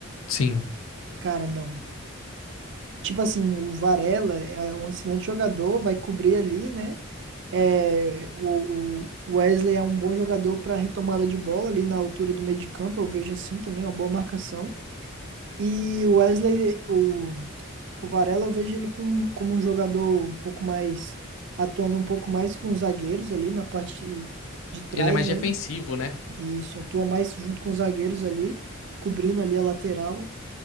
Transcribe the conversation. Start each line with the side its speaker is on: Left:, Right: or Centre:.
Left: Sim.
Right: Cara, não. Tipo assim, o Varela é um excelente jogador, vai cobrir ali, né? É, o, o Wesley é um bom jogador para retomada de bola ali na altura do meio de campo, eu vejo assim também, uma boa marcação. E o Wesley, o O Varela eu vejo ele com, como um jogador um pouco mais, atuando um pouco mais com os zagueiros ali na parte de, de trás,
Left: Ele é mais
Right: né?
Left: defensivo, né?
Right: E isso, atua mais junto com os zagueiros ali, cobrindo ali a lateral.